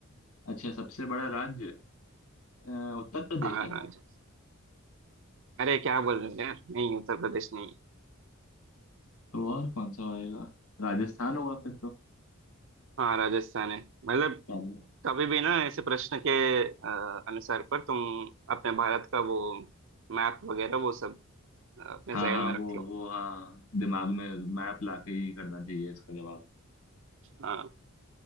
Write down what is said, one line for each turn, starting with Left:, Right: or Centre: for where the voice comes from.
Left: अच्छा सबसे बड़ा राज्य अ, उत्तर प्रदेश
Right: हाँ
Left: है
Right: राज्य
Left: क्या
Right: अरे क्या बोल रहे हो यार नहीं उत्तर प्रदेश नहीं
Left: तो और कौन सा होएगा राजस्थान होगा फिर तो
Right: हाँ राजस्थान है मतलब
Left: चलो
Right: कभी भी ना ऐसे प्रश्न के अ, अनुसार पर तुम अपने भारत का वो मैप वगैरह वो सब अ, अपने
Left: हाँ
Right: जहन
Left: हाँ
Right: में रख
Left: वो
Right: लो
Left: वो हाँ दिमाग में मैप लाके ही करना चाहिए इसका जवाब
Right: हाँ